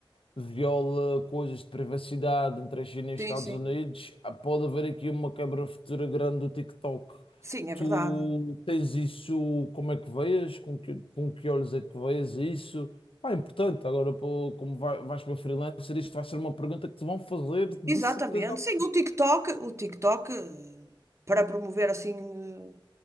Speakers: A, on the left; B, on the right.
A: viola coisas de privacidade entre a China e os
B: sim,
A: Estados
B: sim.
A: Unidos, ah, pode haver aqui uma quebra futura grande do TikTok.
B: Sim, é
A: Tu
B: verdade.
A: tens isso, como é que vês? Com que, com que olhos é que vês isso? Pá, é importante. Agora, pô, como vai- vais para freelancer, isto vai ser uma pergunta que te vão fazer de
B: Exatamente.
A: certeza absoluta.
B: Sim, o TikTok, o TikTok, eh, para promover assim.